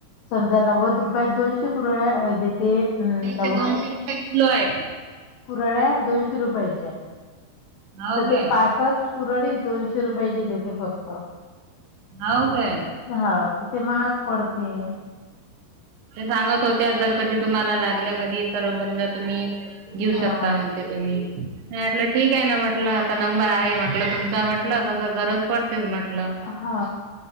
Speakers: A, on the left; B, on the right.
A: समजा नव्वद रुपयात दोनशे कुरडया अ देते अं,
B: नाही ते दोनशे रुपये किलो आहेत.
A: कुराड्या दोनशे रुपयाच्या.
B: हो
A: तर
B: काय
A: ते पासष्ट कुरडीस दोनशे रुपयाची देते फक्त
B: हो काय
A: हा ते महाग पडते.
B: ते सांगत होत्या जर कधी तुम्हाला लागल्या कधी तर समजा तुम्ही घेऊ
A: हा
B: शकता म्हणते तुम्हीटलं ठीक आहेना म्हट म्हटलं आता नंबर आहे म्हटलं तुमचा म्हटलं कस गरज पडते म्हटलं.
A: हा